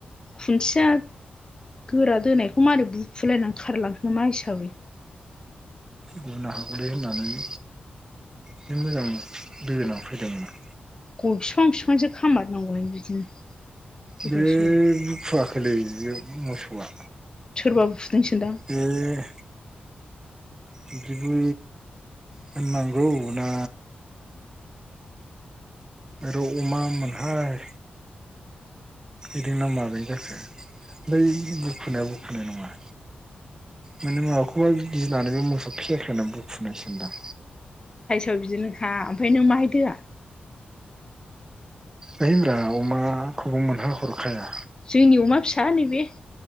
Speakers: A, on the left; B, on the right.
A: खुन्थिया गोरा दोनायखौ मारै बुखुलायनानै खारलां मा हिसाबै
B: गुनो हागौलै होननानै बे मोजां दोनां फैदोंमोन आं।
A: ग' फिफां फिफांसो खामारनांगौहाय बिदिनो। गोदाव
B: बे
A: सोराव
B: बुखुआखोलै बियो मोसौआ
A: सोरबा बुदोंसोदां
B: एह बिदिबो होननांगौ ना आरो अमा मोनहाय इदिं ना मारै जाखो बै बुखुनाय बुखुनाय नङा। माने माबाखौहाय गिनानैबो मोसौ खेख्लेना बुखुनायसोन्दां।
A: ओ बिदिनोखा ओमफाय नों माहाय दोआ?
B: होयब्रा अमाखौबो मोनहा हरखाया।
A: जोंनि अमा फिसा नैबे